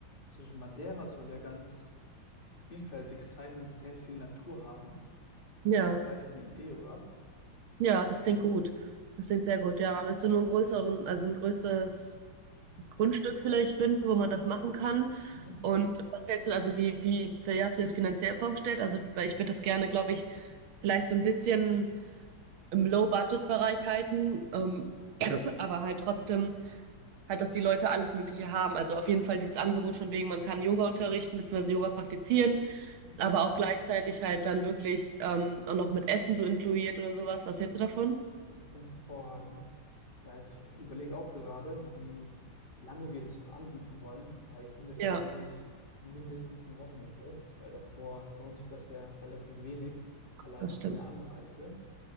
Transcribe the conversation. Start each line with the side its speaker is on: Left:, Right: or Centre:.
Left: Zum Beispiel Madeira soll ja ganz vielfältig sein und sehr viel Natur haben. Das
Right: ja,
Left: wäre vielleicht eine Idee, oder?
Right: ja, das klingt gut. Das klingt sehr gut. Ja, man müsste nur einen größeren, also ein größeres Grundstück vielleicht finden, wo man das machen kann.
Left: Mhm.
Right: Und was hältst du, also wie, wie, wie hast du dir das finanziell vorgestellt? Also, weil ich würde das gerne, glaube ich, vielleicht so ein bisschen im Low-Budget-Bereich halten, ähm, <clears throat> aber halt trotzdem halt, dass die Leute alles Mögliche haben. Also auf jeden Fall dieses Angebot von wegen, man kann Yoga unterrichten, beziehungsweise Yoga praktizieren.
Left: Mhm.
Right: aber auch gleichzeitig halt dann wirklich ähm, auch noch mit Essen so inkludiert oder sowas. Was hältst du davon?
Left: Das klingt hervorragend. Ja, ich überlege auch gerade, wie lange wir das auch anbieten wollen, weil ich finde persönlich
Right: Ja,
Left: mindestens ein Wochenende, weil davor lohnt sich das ja relativ wenig, allein
Right: das
Left: auch
Right: stimmt.
Left: mit der Anreise.